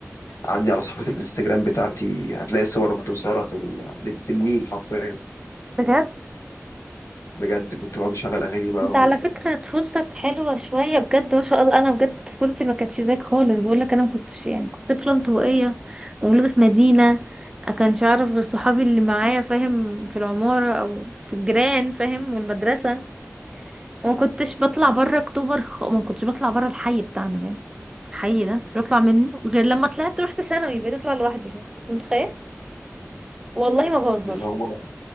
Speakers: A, on the left; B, on the right.
A: عندي على صفحة الانستجرام بتاعتي هتلاقي صور كنت مصورها في ال- في النيل حرفيا
B: بجد
A: بجد كنت بقعد اشغل اغاني بقى
B: انت
A: وتحفة
B: على فكرة طفولتك حلوة شوية بجد ما شاء الله انا بجد طفولتي ما كانتش زيك خالص بقولك انا ما كنتش يعني كنت طفلة انطوائية ومولودة في مدينة ما كانش اعرف غير صحابي اللي معايا فاهم في العمارة او في الجيران فاهم والمدرسة وما كنتش بطلع بره اكتوبر خ... ما كنتش بطلع بره الحي بتاعنا فاهم الحي ده مش بطلع منه غير لما طلعت رحت ثانوي بقيت اطلع لوحدي فاهم انت متخيل والله ما بهزر
A: اللي هو